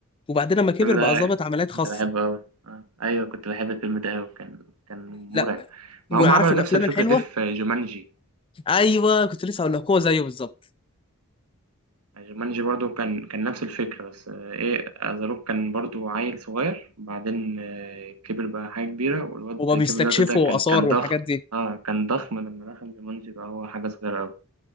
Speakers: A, on the left; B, on the right.
A: وبعدين لما كبر
B: الفيلم ده
A: بقى ضابط عمليات خاصه
B: كنت بحبه أوي آه. أيوه كنت بحب الفيلم ده أوي كان كان مرعب
A: لا
B: ما
A: وعارف
B: هم عملوا
A: الافلام
B: نفس الفكرة
A: الحلوه
B: دي في جومانجي
A: ايوه كنت لسه هقول لك هو زيه بالظبط
B: جومانجي برضو كان كان نفس الفكرة بس آه، إيه أزاروك كان برضو عيل صغير بعدين آه، كبر بقى حاجة كبيرة والواد
A: هو
B: كيفن
A: بيستكشفوا
B: هارت ده كان
A: اثار
B: كان
A: والحاجات
B: ضخم
A: دي
B: اه كان ضخم لما دخل جومانجي بقى هو حاجة صغيرة أوي